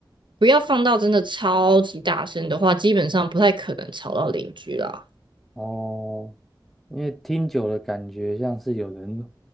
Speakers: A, on the right (about 70°); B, in the centre.
A: 不要放到真的超级大声的话，基本上不太可能吵到邻居啦。
B: 哦，因为听久了感觉像是有人